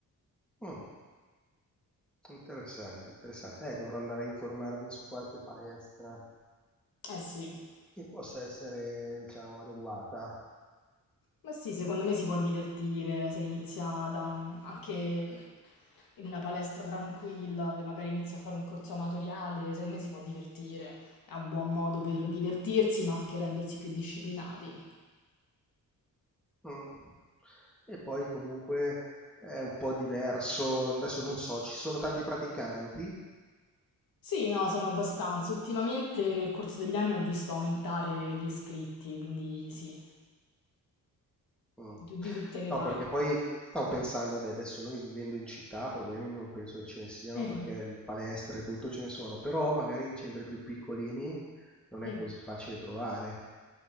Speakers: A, in the centre; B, on the left.
A: Mm, interessante, interessante. Eh, dovrò andare a informarmi su qualche palestra
B: Eh sì.
A: che possa essere, diciamo, adeguata.
B: Ma sì, secondo me si può divertire se inizia da un- anche in una palestra tranquilla, dove magari inizia a fare un corso amatoriale, secondo me si può divertire. È un buon modo per divertirsi, ma anche rendersi più disciplinati.
A: Mm. E poi comunque è un po' diverso. Adesso non so, ci sono tanti praticanti?
B: Sì, no, sono abbastanza. Ultimamente nel corso degli anni ho visto aumentare gli iscritti, quindi sì,
A: Mh.
B: di, tu- di tutte le
A: No,
B: età.
A: perché poi stavo pensando, vabbè adesso noi vivendo in città problemi non penso che ce ne siano
B: Mhm.
A: perché di palestre e tutto ce ne sono, però magari in centri più piccolini non
B: Mm.
A: è così facile trovare.